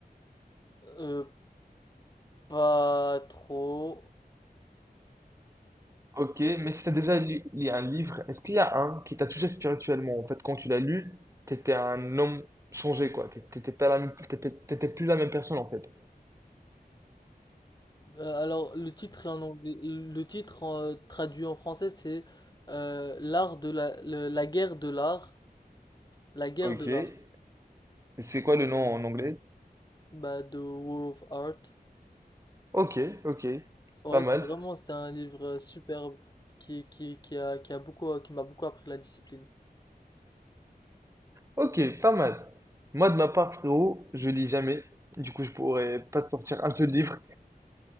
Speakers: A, on the left; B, on the right.
A: Euh, pas trop.
B: Ok, mais si t'as déjà lu, lu un livre, est-ce qu'il y a un qui t'a touché spirituellement? En fait, quand tu l'as lu, t'étais un homme changé, quoi. T'é- T'étais pas la même, t'étais t'étais plus la même personne, en fait.
A: Euh, alors, le titre est en anglais. Le titre euh, traduit en français, c'est euh, l'art de la, le- la guerre de l'art. La guerre
B: Ok.
A: de l'art.
B: Et C'est quoi le nom en anglais?
A: Bah, The War of Art.
B: Ok, ok.
A: Ouais,
B: Pas mal.
A: c'est vraiment, c'était un livre euh, superbe qui, qui, qui a, qui a beaucoup, qui m'a beaucoup appris la discipline.
B: Ok, pas mal. Moi, de ma part, frérot, je lis jamais. Du coup, je pourrais pas te sortir un seul livre.